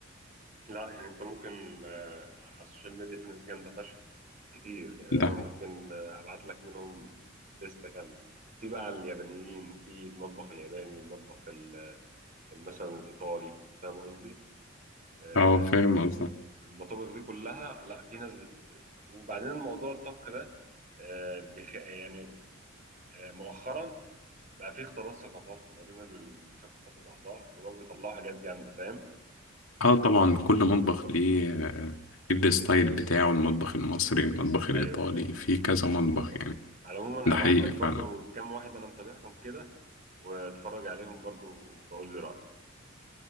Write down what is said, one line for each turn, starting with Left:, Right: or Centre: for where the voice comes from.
Right: لا يعني انت ممكن آه، على السوشيال ميديا في ناس جامده فشخ كتير يعني انا
Left: ده حقيقي.
Right: ممكن آه، ابعت لك منهم لستة كامله في بقى اليابانيين في المطبخ الياباني المطبخ ال- مثلا الايطالي فاهم قصدي آه،
Left: اه فاهم قصدك
Right: المطابخ دي كلها لا في ناس بت وبعدين الموضوع الطبخ ده آه، بيخ... يعني آه، مؤخرا بقى في اختلاط ثقافات ما بين الثقافات وبعضها فبقى بيطلعوا حاجات جامده فاهم
Left: اه طبعا كل مطبخ ليه آه، ليه الستايل بتاعه المطبخ المصري المطبخ الإيطالي
Right: ايوه فاهم
Left: في كذا مطبخ يعني
Right: على العموم انا
Left: ده
Right: هبعت
Left: حقيقي
Right: لك برضو
Left: فعلا
Right: كام واحد انا متابعهم كده واتفرج عليهم برضو وبقول لي رأيك